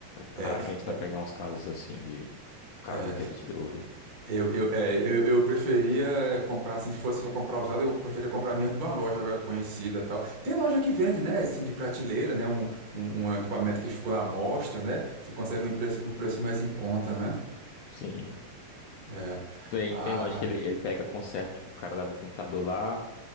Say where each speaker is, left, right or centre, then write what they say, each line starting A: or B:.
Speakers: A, on the left; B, on the right.
A: raramente
B: é,
A: vai
B: é,
A: pegar uns casos assim de o cara
B: é.
A: não querer te devolver.
B: Eu, eu, é, eu, eu preferia comprar, assim, se fosse só comprar usado, eu preferia comprar mesmo de uma loja conhecida e tal. Tem loja que vende, né, assim, de prateleira, né, um, um, um equipamento que ficou à mostra, né, você consegue um preço, um preço mais em conta, né?
A: Sim.
B: É.
A: Tem,
B: Ah,
A: tem loja que ele, ele pega conserta, tipo, o cara leva o computador lá.